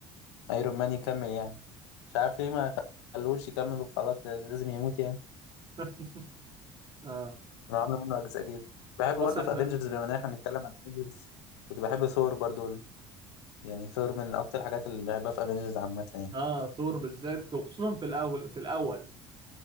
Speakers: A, on the left; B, on the right.
A: ايرون مان يكمل يعني مش عارف ليه ما خلوش يكمل وخلاص لاز- لازم يموت يعني
B: <laughs> اه
A: انا عامل منه اجزاء جديده بحب
B: خلاص
A: برضه
B: احنا
A: في افنجرز بما ان احنا بنتكلم عن افنجرز كنت بحب ثور برضه يعني ثور من اكتر الحاجات اللي بحبها في افنجرز عامه يعني
B: اه ثور بالذات وخصوصا في الاول في الاول